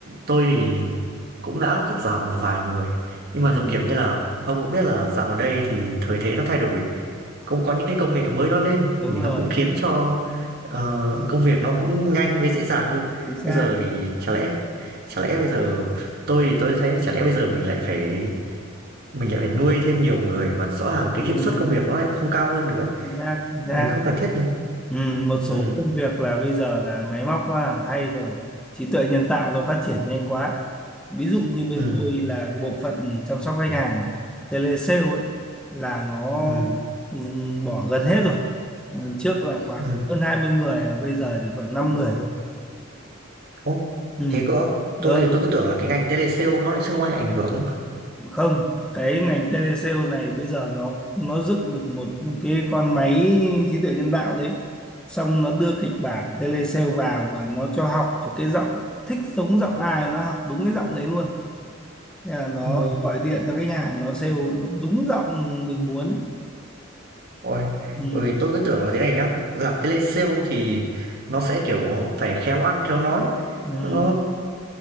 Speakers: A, on the right (about 50°); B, in the centre.
A: tôi thì cũng đã cắt giảm một vài người, nhưng mà
B: Ừ.
A: giống kiểu như là ông cũng biết là dạo gần đây thì thời thế nó thay đổi, cũng có những cái công nghệ mới nó lên
B: Đúng
A: thì
B: rồi,
A: nó cũng khiến cho, ờ, công việc nó cũng nhanh với dễ dàng hơn.
B: chính xác.
A: Bây giờ thì chả lẽ chả lẽ bây giờ tôi thì tôi thấy là chả lẽ bây giờ mình lại phải mình lại phải nuôi thêm nhiều người mà rõ ràng cái
B: Ừ.
A: hiệu
B: ừ,
A: suất công
B: ừ.
A: việc nó lại không cao hơn được á,
B: Chính xác, chính
A: mình
B: xác.
A: không cần thiết nhỉ?
B: Ừ, một số
A: ừ
B: công việc là bây giờ là máy móc nó làm thay rồi trí tuệ nhân tạo nó phát triển nhanh quá ví dụ như bên
A: ừ
B: tôi là cái bộ phận chăm sóc khách hàng telesale ấy là nó
A: ừ
B: ừ, bỏ gần hết rồi Ừ, trước là khoảng
A: ừ
B: hơn 20 người và bây giờ chỉ còn 5 người thôi
A: Ồ,
B: ừ.
A: thế cơ Tôi
B: Ừ,
A: tôi cứ tưởng là cái ngành telesale nó lại sẽ không ảnh hưởng.
B: không cái ngành telesale này bây giờ nó nó dựng được một cái con máy trí tuệ nhân tạo đấy xong nó đưa kịch bản telesale vào và nó cho học một cái giọng thích giống giọng ai nó học đúng cái giọng đấy luôn Thế là nó
A: Ồ,
B: gọi điện cho khách hàng nó sale đúng, đúng giọng mình muốn ấy.
A: ôi,
B: Ừ,
A: bởi vì tôi cứ tưởng là thế này nhá, làm telesale thì nó sẽ kiểu phải khéo ăn khéo nói,
B: ừ,
A: nó